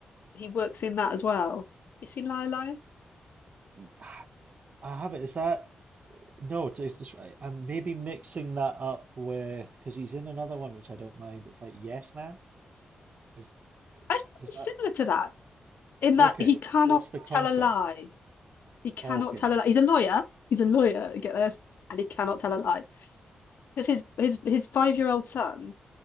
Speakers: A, on the left (about 70°); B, on the right (about 45°).
A: he works in that as well. You seen Liar Liar?
B: Y- I I have it. Is that No, it's, it's just, I- I'm maybe mixing that up with because he's in another one which I don't mind. It's like Yes Man. Is
A: I think
B: is
A: it's
B: that
A: similar to that in that
B: okay?
A: he cannot
B: What's the concept?
A: tell a lie. He cannot
B: Okay.
A: tell a lie. He's a lawyer. He's a lawyer. Get this? And he cannot tell a lie because his his his five year old son